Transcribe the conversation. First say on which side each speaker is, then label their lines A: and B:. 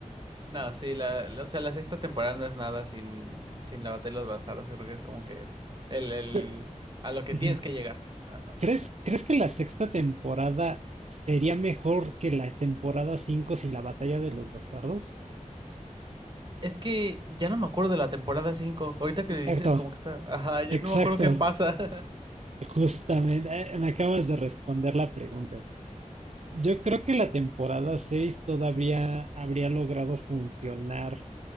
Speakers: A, on the right (about 35°); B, on the right (about 55°).
A: No, sí, la, la- o sea, la sexta temporada no es nada sin, sin la batalla de los bastardos, creo que es como que el, el, el-
B: Pero,
A: a lo que
B: ujú,
A: tienes que llegar. Ajá.
B: ¿crees, crees que la sexta temporada sería mejor que la temporada 5 sin la batalla de los bastardos?
A: Es que ya no me acuerdo de la temporada cinco Ahorita que
B: Exacto,
A: le dices como que está, ajá, yo
B: exacto.
A: no me acuerdo qué pasa. <laughs>
B: Justamente, eh, me acabas de responder la pregunta. Yo creo que la temporada 6 todavía habría logrado funcionar